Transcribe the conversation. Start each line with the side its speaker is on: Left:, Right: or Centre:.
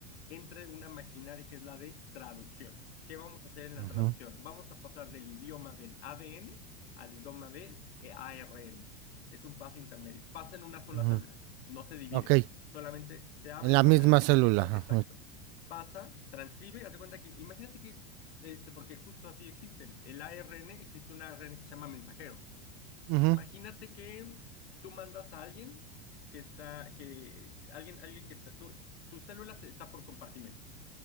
Left: entre una maquinaria que es la de traducción. ¿Qué vamos a hacer en la
Right: ujú,
Left: traducción? Vamos a pasar del idioma del ADN al idioma del ARN. Es un paso intermedio. Pasa en una sola
Right: ujú,
Left: célula, no se divide,
Right: Ok.
Left: solamente se abre
Right: En
Left: el
Right: la
Left: material
Right: misma
Left: genético
Right: célula. ajá,
Left: exacto. Pasa, transcribe, haz de cuenta que, imagínate que es, este, porque justo así existen. El ARN, existe un ARN que se llama mensajero. Entonces,
Right: ujú,
Left: imagínate que tú mandas a alguien que está, que alguien, alguien que está, tú, tu célula se- está por compartimentos.